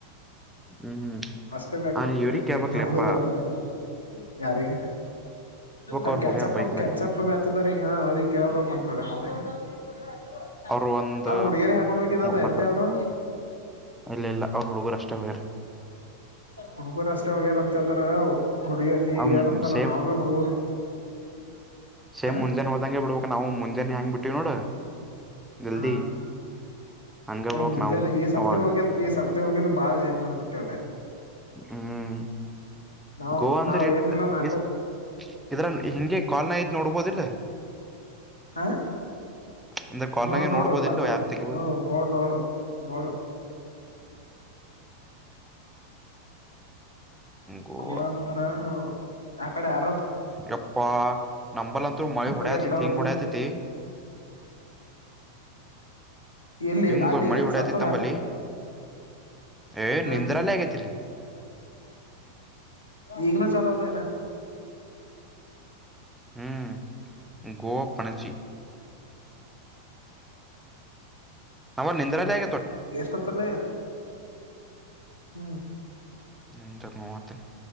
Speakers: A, in the centre; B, on the left.
A: ಹ್ಮ್ ಹ್ಮ
B: ಅಷ್ಟೇ ಬೇಕ್
A: ಅವ
B: ನಮಗ
A: ಇವರಿ ಕ್ಯಾಬಕ್
B: ಎಕ್ಸಾಮ್
A: ಲೆಪ
B: ಓದಬೇಕಂದ್ರ ಯಾರಿಗೆ ಅ್ರ
A: ಅವ್ರು
B: ಕೆನ್ಚಪ್ಪ
A: ಹೋಗ್ಯಾರ ಬೈಕ್ ಮೇಲೆ
B: ಕೆನ್ಚಪ್ಪು ಬೆತದ್ರಗಾ ಅವ್ರಗ್ ಕೇಳ್ಬೇಕಂತ ಥೋಡೆ ಮಂದಗೆ <unintelligible> ರ್
A: ಅವರು ಒಂದ
B: ಅವ್ರ ಹುಡುಗೇರಿ ಹಾಕೊಂಡ್ ಹಿದ್ದದ
A: ಮತ್ತ
B: ಎಂದ ಅವರು
A: ಇಲ್ಲ ಇಲ್ಲ ಅವ್ರ ಹುಡುಗರು ಅಷ್ಟೇ ಹೋಗ್ಯಾರ
B: ಹುಡುಗುರು ಅಷ್ಟ ವಗರ ಅಂತಂದ್ರ ಹುಡುಗ ಈಗ
A: ಅವ್
B: ಏನಂತಾರ
A: ಸೇಮ್
B: ನಾವ ಭೀ ಹುಡುಗರು
A: ಸೇಮ್
B: ಆ
A: ಮುಂಜಾನೆ ಹೋದಂಗಗೆ ಬಿಡ್ಬೇಕಕ್ ನಾವು ಮುಂಜಾನೆ ಹೆಂಗ್ ಬಿಟ್ಟಿವವ್ ನೋಡ ಜಲ್ದಿ
B: ಹಾ
A: ಹಂಗ ಬಿಡ್ಬಕ್
B: ಮುಂಜಾನಾನೆ
A: ನಾವು
B: ಈ ಸರ್ತಿ
A: ಅವಾಗ
B: ಹೋಗ ಈ ಸರ್ತಿ ಮತ್ತ ಹೋಗಿದ ಬಾಳ ಲೇಟ್ ಮಾಡ್ಬಿಟ್ಟೆ ಅದೇ
A: ಹ್ಮ್
B: ನಾವ್
A: ಗೋವಾ ಅಂದ್ರೆ
B: ನಾವ್ ಏನಿಲ್ಲ ನಾಕು
A: ಎಷ್ಟ ಎಷ್ಟ ಹಿಂಗೆ ಕಾಲ್ನ ಐದ್ ನೋಡ್ಬೋದಿಲ್ಲ
B: ಹ
A: ಅಂದ್ರ ಕಾಲ್ನಾಗೆ
B: ನೋಡು ನೋಡು
A: ನೋಡ್ಬೋದಿಲ್ಲ
B: ಬರ್ತದ
A: ಯಾಪ್ ತೆಗಿಬ
B: ಹ್ಮ ನೋಡು ನೋಡು ನೋಡು
A: ಗೋವಾ
B: ಗೋಳಂದ್ರ ಅಕಡೆ ಯಾರ
A: ಯಪ್ಪಾ ನಂಬಲ್ಂತರು ಮಳಿ ಹೊಡ್ಯತಿತಿ
B: ಹೋಗ್ಯಾರಲ್ಲ ಅವ್ರನು
A: ಹಿಂಗ್ ಹೊಡತಿತಿ <inaudible>
B: ಎಲ್ಲಿ
A: ಹಿಂಗ
B: ಅಲ್ಲಿ
A: ಮಳಿ ಹೊಡತಿತ್ತಂಬಲಿ
B: ಸತ್ತುರ
A: ಏ
B: ಹ
A: ನಿಂದ್ರಲ್ಲ ಆಗೇತಿಲ್ಲಿ
B: ಈಗನ ಚಲತಾಯನಾ
A: ಹ್ಮ್ ಗೋ ಪಣಚಿ ಅವ ನಿಂದ್ರಲ್ಲೇ ಆಗೆ
B: ಎಷ್ಟತ್ತಲ್ಲ ಹ್ಮ್
A: ನಂತರ್ ಮಹತ್ತನ್